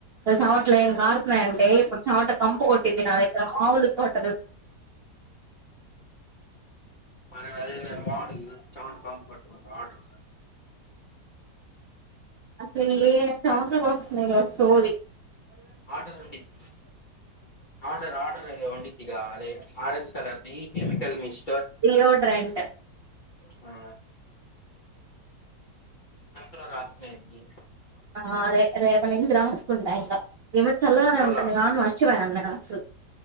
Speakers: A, on the right; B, on the left.
A: చమట్లు ఏం కారుతున్నాయి అంటే ఇప్పుడు చవట కంపు కొట్టిద్ది నా దగ్గర మాములు కొట్టదు
B: మన అదే మే వాడు చమట కంపు కొట్టకుండా వాడు
A: అసలు ఏ చమట్లు బోస్తున్నాయ్ సోది
B: ఆర్డర్ వండిత్ ఆర్డర్ ఆర్డర్ వండి దిగా అదే ఆరెంజ్ కలర్ది కెమికల్ మిస్
A: డియోడ్రెంట్
B: ఆ సంకలో రాసుకునేడిది
A: ఆ అదే రేపు నుంచి రాసుకుంట ఇంక ఈ మధ్య చల్లగానే
B: రోల్
A: ఉంటుంది
B: ఆన్
A: గాను మర్చిపోయన్న అసలు